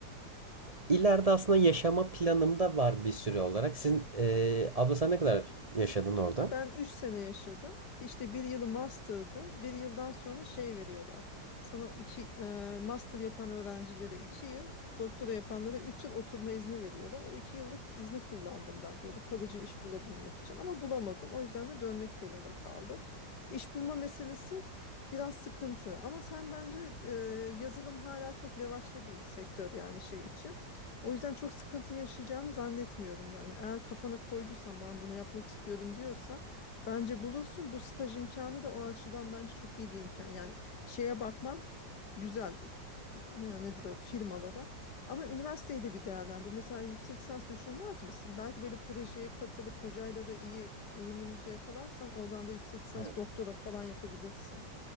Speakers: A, on the right (about 30°); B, on the left (about 65°).
A: İleride aslında yaşama planımda var bir süre olarak. Sizin eee, abla sen ne kadar yaşadın orada?
B: Ben 3 sene yaşadım. İşte bir yılı master'dı. Bir yıldan sonra şey veriyorlar. Sana iki e, master yapan öğrencilere 2 yıl, doktora yapanlara 3 yıl oturma izni veriyorlar. O 2 yıllık izni kullandım ben böyle kalıcı iş bulabilmek için ama bulamadım. O yüzden de dönmek zorunda kaldım. İş bulma meselesi biraz sıkıntı ama sen bence e, yazılım hala çok revaçta bir sektör yani şey için. O yüzden çok sıkıntı yaşayacağını zannetmiyorum yani. Eğer kafana koyduysan ben bunu yapmak istiyorum diyorsan Bence bulursun. Bu staj imkanı da o açıdan bence çok iyi bir imkan. Yani şeye bakman güzel. Yani nedir o firmalara. Ama üniversiteyi de bir değerlendir. Mesela yüksek lisans düşünmez misin? Belki böyle projeye katılıp hocayla da iyi uyumunuzu yakalarsan oradan da yüksek lisans
A: Evet.
B: doktora falan yapabilirsin.